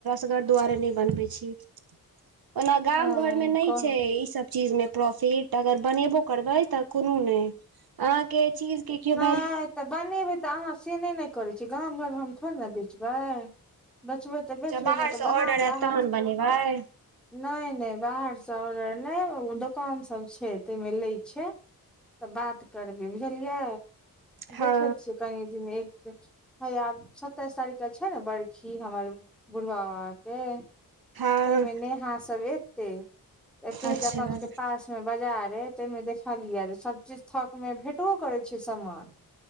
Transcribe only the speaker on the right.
सगर दुआारे नहि बनबै छ
ओना गाम
घर में नहि
छै ई स चीज मे प्रॉफिट अगर बनेबो करबै तऽ कोनो ने अहाँ के चीज के क
बाहरसँ
ऑर्डर आयत
तहन बनेबै
हँ
हँ
अच्छा